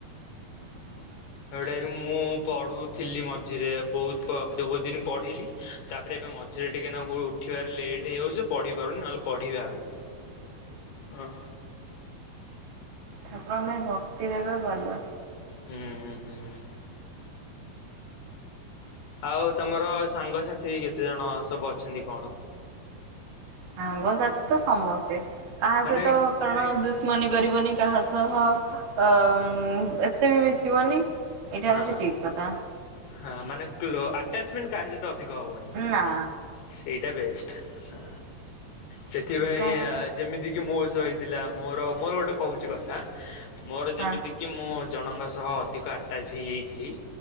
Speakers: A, on the right; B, on the left.
A: ହୁଁ
B: ଜୋଉଟାଜି ମୁଁ ପଢୁଥିଲି ମଝିରେ ବହୁତ ଦ ବହୁ ଦିନ ପଢ଼ିଲି ତାପରେ ଏବେ ମଝିରେ ଟିକେ ନାଗୁ ଉଠିବାରେ ଲେଟ୍ ହେଇଯାଉଚି ପଢିପାରୁନି ନହେଲେ ପଢ଼ିବା ଆଗ
A: ହ
B: ଓଃ
A: ଠାକୁରଙ୍କ ପାଇଁ ଭକ୍ତିରହିବା ଭଲ
B: ହୁଁ ହୁଁ। ଆଉ ତମର ସାଙ୍ଗସାଥି କେତେ ଜଣ ସବୁ ଅଛନ୍ତି କଣ
A: ସାଙ୍ଗସାଥି ତ ସମସ୍ତେ କାହା
B: ମାନେ
A: ସହିତ କାରଣ ଦୁଶମନୀ
B: ହଁ
A: କରିବନି କାହା ସହ ଅ
B: ହଁ
A: ଏତେ ବି ମିଶିବନି ଏଇଟା
B: ହଁ
A: ହଉଛି
B: ହଁ
A: ଠିକ କଥା।
B: ହ ମାନେ କ୍ଲୋ ଆଟାଚମେଣ୍ଟ କାହା ସହିତ ଅଧିକ ହବନି।
A: ନା।
B: ସେଇଟା ବେଷ୍ଟ ହଁ ସେଥିପାଇଁ
A: କାହା ସହିତ
B: ଆ ଯେମିତି କିି ମୋ ସହ ହେଇଥିଲା ମୋର ମୋର ଗୋଟେ କହୁଚି କଥା ମୋର
A: ହଁ
B: ଯେମିତି କି ମୁଁ ଜଣଙ୍କ ସହ ଅଧିକ ଆଟାଚ୍ ହେଇଯାଇଥିଲି